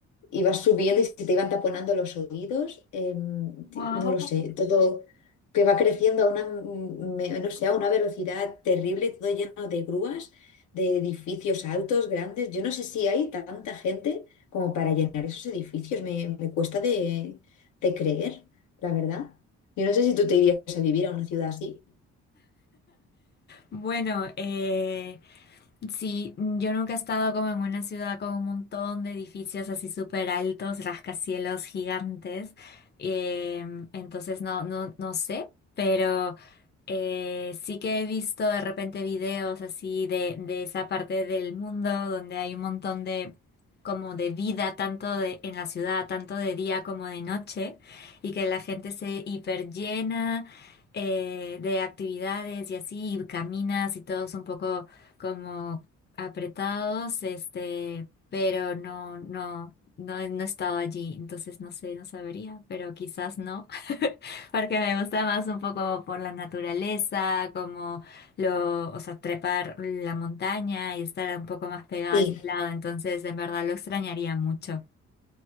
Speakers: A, on the left; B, on the left.
A: ibas subiendo y se te iban taponando los oídos, em, ti-
B: Wow.
A: no lo sé, todo que va creciendo a una, mm, me- no sé, a una velocidad terrible, todo lleno de grúas, de edificios altos, grandes. Yo no sé si hay tanta gente como para llenar esos edificios, me, me cuesta de, de creer, la verdad. Yo no sé si tú te irías a vivir a una ciudad así.
B: Bueno, eh, Sí, yo nunca he estado como en una ciudad con un montón de edificios así súper altos, rascacielos gigantes. Em, entonces no, no, no sé, pero eh, sí que he visto de repente videos así de, de esa parte del mundo donde hay un montón de como de vida, tanto de, en la ciudad, tanto de día como de noche, y que la gente se hiperllena eh, de actividades y así, y caminas y todo es un poco como apretados, este, pero no, no, no, he- no he estado allí, entonces no sé, no sabría, pero quizás no, <laughs> porque me gusta más un poco por la naturaleza, como lo, o sea, trepar la montaña y estar un poco más pegada
A: Sí,
B: a ese lado, entonces en verdad lo extrañaría mucho.